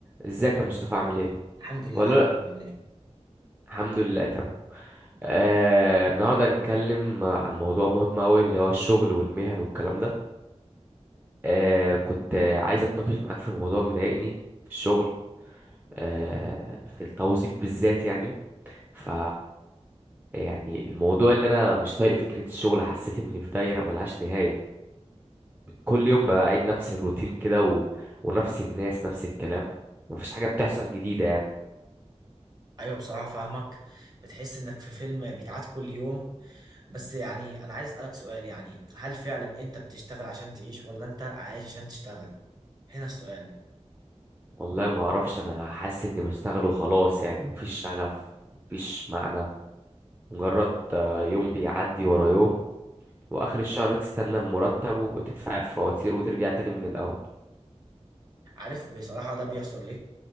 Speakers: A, on the right; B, on the right.
A: ازيك يا مصطفى عامل ايه
B: الحمد لله
A: ولا
B: يا حبيبي
A: لا
B: عامل ايه؟
A: الحمد لله تمام آه النهارده هنتكلم عن موضوع مهم قوي اللي هو الشغل والمهن والكلام ده آه كنت آه، عايز اتناقش معاك في موضوع مضايقني في الشغل آه في التوظيف بالذات يعني ف يعني الموضوع اللي انا مش طايق فكره الشغل حسيت اني في دايره ملهاش نهايه كل يوم بعيد نفس الروتين كده و... ونفس الناس نفس الكلام مفيش حاجه بتحصل جديده يعني
B: ايوه بصراحه فاهمك بتحس انك في فيلم بيتعاد كل يوم بس يعني انا عايز اسالك سؤال يعني هل فعلا انت بتشتغل عشان تعيش ولا انت عايش عشان تشتغل هنا السؤال
A: والله ما اعرفش انا حاسس اني بشتغل وخلاص يعني مفيش شغف مفيش معنى مجرد آه، يوم بيعدي ورا يوم واخر الشهر تستنى المرتب وتدفع الفواتير وترجع تاني من الاول
B: عارف بصراحه ده بيحصل ليه